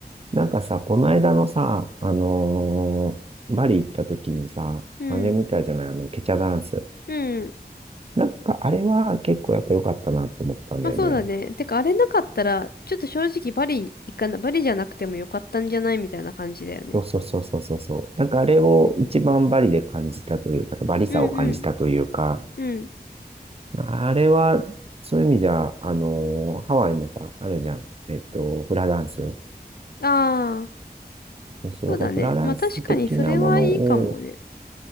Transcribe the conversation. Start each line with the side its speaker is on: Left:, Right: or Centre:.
Right: なんかさ、この間のさ、あのーバリ行った時にさ、
Left: うん。
Right: あれ見たじゃない、あの、ケチャダンス。
Left: うん。
Right: なんかあれは結構やっぱ良かったなと思ったんだよね。
Left: まあそうだね。てか、あれなかったら、ちょっと正直バリ行かな、バリじゃなくてもよかったんじゃないみたいな感じだよね。
Right: そうそうそうそうそうそう。なんかあれを一番バリで感じたというかさ、バリさを感じたというか、
Left: うんうんうん。
Right: あれは、そういう意味じゃ、あのーハワイもさ、あるじゃん。えっと、フラダンス。
Left: ああ、
Right: そう、
Left: そうだね。
Right: だからフラダンス的なものを、
Left: まあ確かにそれはいいかもね。